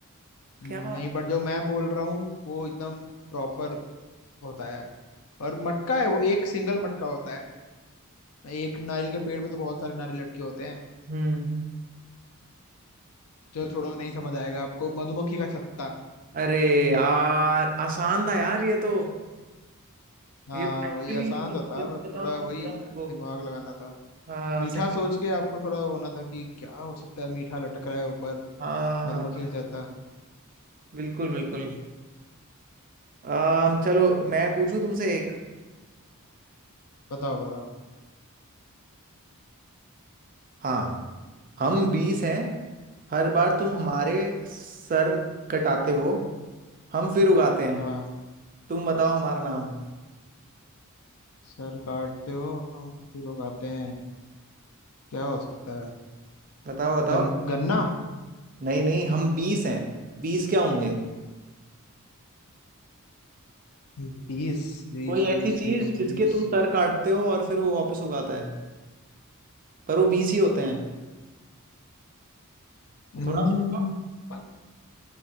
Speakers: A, on the left (about 75°); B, on the right (about 40°).
A: हम्म,
B: क्या
A: नहीं बट जो मैं बोल रहा हूँ वो एकदम प्रॉपर होता है और मटका है वो एक सिंगल मटका होता है एक नारियल के पेड़ पे तो बहुत सारे नारियल लटके होते हैं
B: हम्म
A: जो छोड़ो नहीं समझ आएगा आपको मधुमक्खी का छत्ता
B: अरे यार आसान था यार ये तो
A: हाँ
B: ये तो एक्चुअली
A: वही आसान
B: ये
A: तो था
B: तो
A: बस
B: पता
A: थोड़ा
B: होना चाहिए
A: वही
B: था मेरे को
A: दिमाग लगाना था
B: हाँ
A: मीठा
B: सही
A: सोच के आपको थोड़ा होना था कि क्या हो सकता है मीठा लटक रहा है ऊपर
B: हाँ
A: मधुमक्खी
B: हाँ हाँ,
A: का छत्ता
B: बिल्कुल बिल्कुल अम, चलो मैं पूछूं तुमसे एक
A: बताओ बताओ
B: हाँ हम बीस हैं हर बार तुम हमारे सर कटाते हो हम फिर उगाते हैं
A: हाँ
B: तुम बताओ हमारा नाम
A: सर काटते हो हम फिर उगाते हैं क्या हो सकता है
B: बताओ बताओ
A: गन, गन्ना
B: नहीं नहीं हम बीस हैं बीस क्या होंगे
A: बीस बीस
B: कोई
A: बीस
B: ऐसी चीज
A: बीस
B: जिसके
A: बीस
B: तुम सर काटते हो और फिर वो वापस उगाता है पर वो बीस ही होते हैं
A: हम्म,
B: थोड़ा सोचो
A: प-